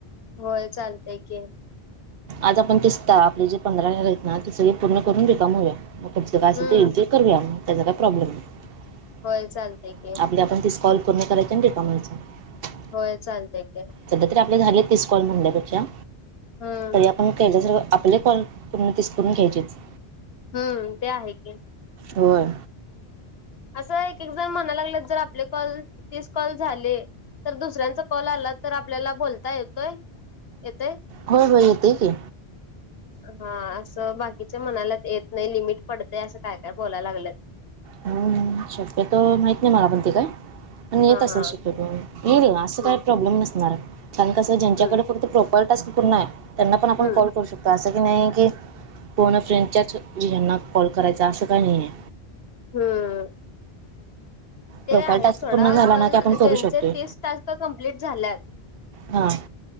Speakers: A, on the left; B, on the right.
A: होयं चालतंय की
B: आंज आपणं दिसतां आपले जे पंधरा हं आहेत नां ते सगळें पूर्ण करूंन रिकामं होऊयां मंग कुमचं कायं असं
A: हम्म
B: तो करुंया त्यांचा काही पाॅबलेम नाहीं
A: होय चालतय की
B: आपले आपणं तीनं काॅल पूर्ण करायचं आणि रिकामं व्हायचं
A: होयं चालतंय की
B: संध्या तरी आपल्यां झाले तीसं कॉल म्हणल्यांपेक्षा
A: हम्म
B: तरी आपणं केयच्यां सं आपले कॉल पूर्ण तीसं करूंन घ्यांयचेचं.
A: हम्मं ते आहे की
B: होय.
A: असं एक इकझाम म्हणायला लागलेत जर आपले कॉल, तीस कॉल झाले. तर दुसऱ्यांचा कॉल आला तर आपल्याला बोलता येतोय, येतोय.
B: होय होय येतय की.
A: हा असं बाकीच्या मनालेत नाही लिमिट पडतंय असं काय, काय बोलाया लागल्यात.
B: हं शक्यतो माहित नाही मला पण ते काय. आणि
A: हा
B: येत असं
A: हा
B: शक्यतो येईल ना अस
A: हम्म
B: काय प्रॉब्लेम नसणार कारण कसं ज्यांच्याकडे
A: हम्म
B: फक्त प्रॉ <unintelligible> टास्क पूर्ण आहे. त्यांना पण आपण
A: हम्म
B: कॉल करू शकतो. तर असं की नाही आहे की फोन अ फ्रेंडच्याच ह्यांना कॉल करायचा असं काही नाही आहे.
A: हं. ते
B: प्रोफाईल
A: आहेत
B: टास्क
A: सोडा
B: पूर्ण झाला
A: पण
B: ना की आपण करू
A: ज्यांचे
B: शकतोय
A: तीस टास्क कंप्लीट झाल्यात.
B: हा.